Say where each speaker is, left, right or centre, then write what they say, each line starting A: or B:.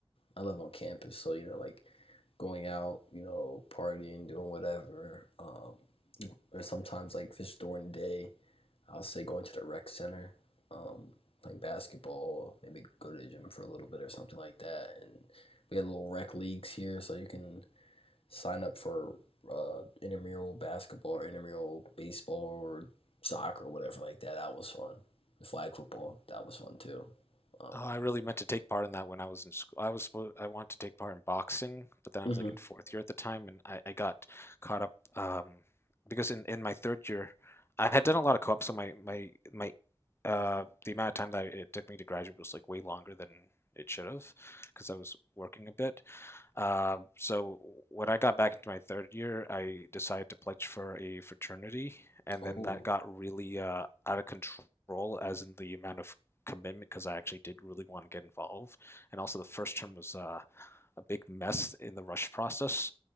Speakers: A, on the left; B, on the left.
A: I live on campus, so you know, like going out, you know, partying, doing whatever. Um. Or sometimes like fish during the day, I'll say going to the rec center, um, playing basketball, maybe go to the gym for a little bit or something like that. And we had little rec leagues here, so you can sign up for uh, intramural basketball or intramural baseball or soccer or whatever like that. That was fun. The flag football, that was fun too. Um,
B: Oh, I really meant to take part in that when I was in school. I was supposed I wanted to take part in boxing, but then I
A: hmm
B: was like in fourth year at the time, and I, I got caught up um, because in, in my third year, I had done a lot of co-op, so my my my uh, the amount of time that it took me to graduate was like way longer than it should have, because I was working a bit. Um, so when I got back into my third year, I decided to pledge for a fraternity, and
A: Oh,
B: then that got really uh, out of control, as in the amount of commitment, because I actually did really want to get involved. And also, the first term was uh, a big mess in the rush process,